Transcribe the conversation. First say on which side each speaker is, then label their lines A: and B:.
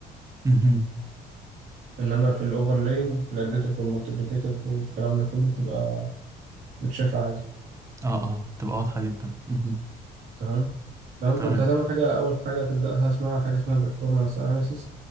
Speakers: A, on the right; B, on the right.
A: مهم.
B: انما في الاوفرلاينج الاديتيف والمالتيبليكيتيف والكلام ده كله بتبقى متشافة عادي
A: اه اه تبقى واضحه جدا مهم.
B: تمام تمام
A: تمام
B: فانت هتعمل حاجة اول حاجة هتبدأها اسمها حاجة اسمها performance analysis